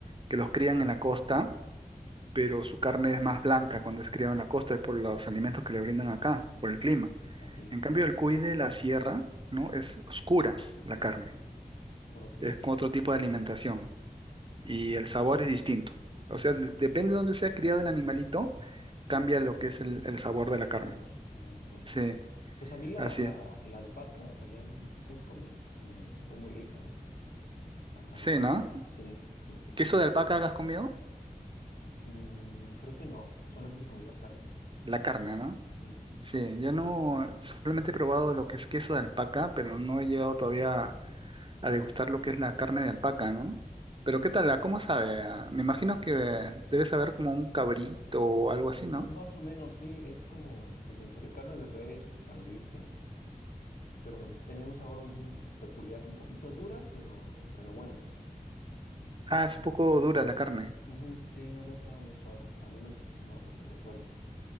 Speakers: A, on the right; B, on the left.
A: que los crían en la costa, pero su carne es más blanca cuando es criado en la costa, es por los alimentos que le brindan acá, por el clima.
B: Ok,
A: En cambio, el cuy de la sierra, ¿no? Es oscura la carne,
B: ok.
A: es con otro tipo de alimentación y el sabor es distinto. O sea, de- depende de dónde sea criado el animalito, cambia lo que es el, el sabor de la
B: El
A: carne.
B: sabor, ah, ok.
A: Sí,
B: Pues a mí la,
A: así
B: la,
A: es.
B: la alpaca allá en Cusco me, me supo muy rica, ¿eh? La carne
A: Sí,
B: de alpaca,
A: ¿no?
B: sí, sí, sí, sí.
A: ¿Queso de alpaca hagas conmigo?
B: Mm, creo que no, solamente comí la carne.
A: La carne, ¿no?
B: Sí.
A: Sí, yo no, solamente he probado lo que es queso de alpaca, pero no he llegado todavía a degustar lo que es la carne de alpaca, ¿no? Pero ¿qué tal? ¿A ¿Cómo sabe? Ah, Me imagino que debe saber como un cabrito o algo así, ¿no?
B: Más o menos, sí, es como, pues, entre carne de res y cabrito, y, pero tenía un sabor un- peculiar, un poquito dura, pero, pero buena.
A: Ah, es un poco dura la carne.
B: Ujú, sí, no, no estaba muy suave, al menos yo- no, lo que recuerdo.